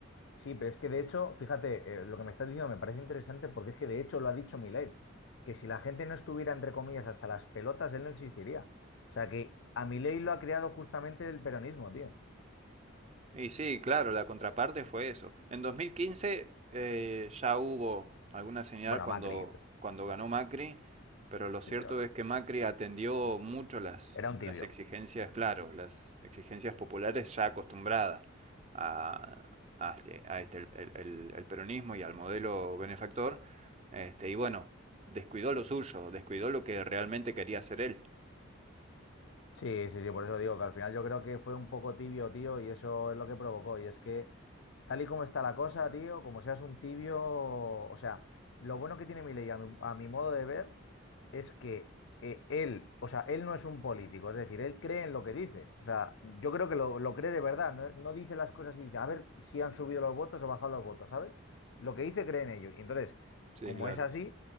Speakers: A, on the left (about 65°); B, on the right (about 30°).
A: Sí, pero es que de hecho, fíjate, eh, lo que me estás diciendo me parece interesante porque es que de hecho lo ha dicho Milei, que si la gente no estuviera, entre comillas, hasta las pelotas, él no existiría. O sea que a Milei lo ha creado justamente el peronismo, tío.
B: Y sí, claro, la contraparte fue eso. En 2015 eh, ya hubo alguna señal
A: Bueno,
B: cuando,
A: Macri,
B: cuando ganó Macri, pero lo cierto
A: sí, pero
B: es que Macri atendió mucho las,
A: era un
B: las
A: tibio.
B: exigencias, claro, las exigencias populares ya acostumbradas a, a este, a este- el, el- el- el peronismo y al modelo benefactor. Este, y bueno, descuidó lo suyo, descuidó lo que realmente quería hacer él.
A: Sí, sí, sí, por eso digo que al final yo creo que fue un poco tibio, tío, y eso es lo que provocó. Y es que tal y como está la cosa, tío, como seas un tibio, o sea, lo bueno que tiene Milei a mi, a mi modo de ver es que eh, él, o sea, él no es un político, es decir, él cree en lo que dice. O sea, yo creo que lo, lo cree de verdad, no, no dice las cosas y dice, a ver si han subido los votos o bajado los votos, ¿sabes? Lo que dice cree en ello. Y entonces,
B: Sí,
A: como
B: claro.
A: es así,